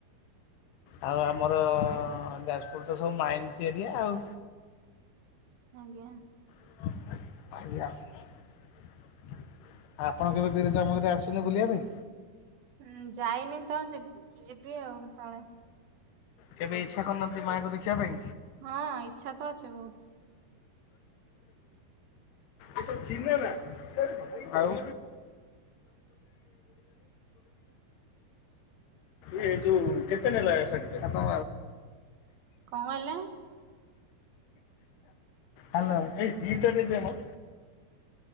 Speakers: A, on the left; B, on the right.
A: ଆଉ ଆମର ଯାଜପୁର ତ ସବୁ ମାଇନ୍ସ ଏରିଆ ଆଉ।
B: ଆଜ୍ଞା।
A: <unintelligible> ଆପଣ କେବେ ବିରଜା ମନ୍ଦିରେ ଆସଚନ୍ତି ବୁଲିବା ପାଇଁ?
B: ଉଁ ଯାଇନି ତ ଯିବି ଯିବି ଆଉ କେତେବେଳେ।
A: କେବେ ଇଚ୍ଛା କରି ନାହାଁନ୍ତି ମାଆଙ୍କୁ ଦେଖିବା ପାଇଁ?
B: ହଁ ଇଚ୍ଛା ତ ଅଛି ବହୁତ।
A: ଏବ ଚିହ ନା ଆଉ ଏ ଯୁ କେତେ ନେ ଲାଗେ ସ ଦେଖ ତ
B: କଣ କହିଲେ
A: ଆ ହ୍ୟାଲୋ।